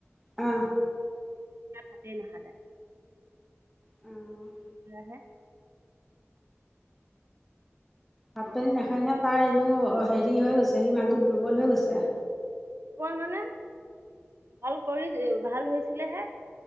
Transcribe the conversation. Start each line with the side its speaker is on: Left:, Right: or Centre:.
Centre: অ',
Right: ইয়াত ভাতেই নাখালে।
Centre: অহ,
Right: <unintelligible>
Centre: ভাত পানী নাখায় নহয় তাৰ এনেও হেৰি হৈ গৈছে সি মানুহ টো দুৰ্বল হৈ গৈছে।
Right: অমান মানে ভাল কৰি ভাল হৈছিলেহে।